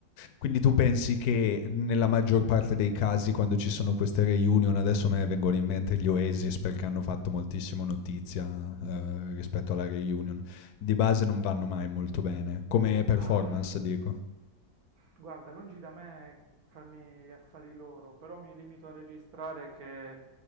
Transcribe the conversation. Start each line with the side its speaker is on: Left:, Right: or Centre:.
Left: Quindi tu pensi che nella maggior parte dei casi quando ci sono queste reunion, adesso a me vengono in mente gli Oasis perché hanno fatto moltissimo notizia eh, rispetto alla reunion, di base non vanno mai molto bene, come performance
Right: Ah,
Left: dico.
Right: guarda, lungi da me farmi gli affari loro, però mi limito a registrare che